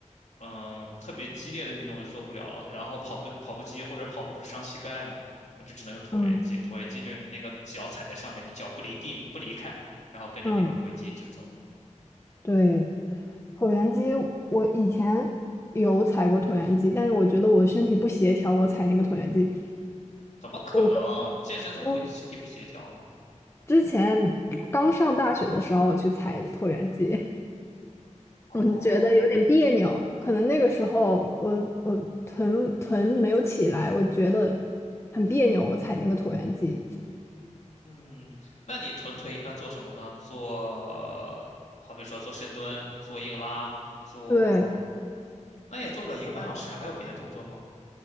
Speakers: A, on the left; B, on the left.
A: 嗯、呃特别激烈的运动我就做不了了，然后跑步跑步机或者跑步不是伤膝盖吗？我就只能用椭圆机，
B: 嗯
A: 椭圆机就是你那个脚踩在上面，你脚不离地不离开。然后跟着那个轨迹一直走。
B: 嗯，对，椭圆机我以前有踩过椭圆机，但是我觉得我身体不协调，我踩那个椭圆机。
A: 怎么可能？
B: 我。
A: 健身怎么会身体不协调呢？
B: 我之前刚上大学的时候去采的椭圆机，
A: 哦，
B: 我就觉得有点别扭，可能那个时候我我臀臀没有起来，我觉得很别扭，我踩那个椭圆机。
A: 嗯，那你臀腿一般做什么呢？做，好比说做深蹲、做硬拉、做，
B: 对，
A: 那也做不了一个半小时啊。还有别的动作吗？